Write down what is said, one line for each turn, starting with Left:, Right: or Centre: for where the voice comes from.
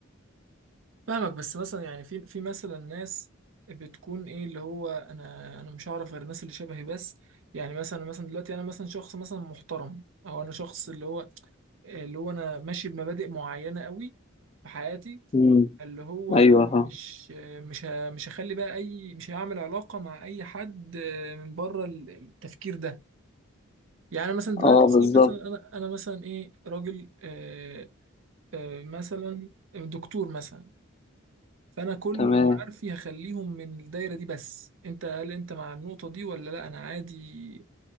Right: فاهمك بس مثلا يعني في في مثلا ناس بتكون ايه اللي هو انا انا مش هعرف غير الناس اللي شبهي بس يعني مثلا مثلا دلوقتي انا مثلا شخص مثلا محترم او انا شخص اللي هو اللي هو انا ماشي بمبادئ معينة قوي في حياتي
Left: امم
Right: اللي هو
Left: ايوه
Right: انا
Left: فاهم
Right: مش مش ه- مش هخلي بقى اي مش هعمل علاقه مع اي حد من بره ال- التفكير ده يعني أنا مثلا دلوقتي
Left: اه
Right: سي
Left: بالظبط
Right: مثلا انا انا مثلا ايه راجل آه، آه، مثلا دكتور مثلا فانا كل
Left: تمام
Right: معارفي هخليهم من الدايره دي بس انت هل انت مع النقطه دي ولا لا انا عادي